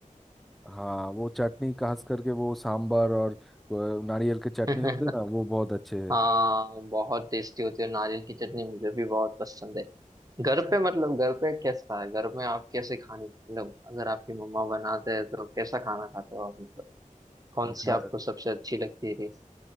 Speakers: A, in the centre; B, on the right.
A: हाँ वो चटनी खास करके वो सांबर और अ, नारियल के चटनी
B: यार
A: होते हैं ना
B: <laughs>
A: वो बहुत अच्छे
B: हाँ बहुत टेस्टी होती है नारियल की चटनी मुझे भी बहुत पसंद है घर पे मतलब घर पे कैसा है घर में आप कैसे खाने मतलब अगर आपकी मम्मा बनाते हैं तो कैसा खाना खाते हो आप मतलब कौन
A: है
B: सी आपको सबसे अच्छी लगती है डिश?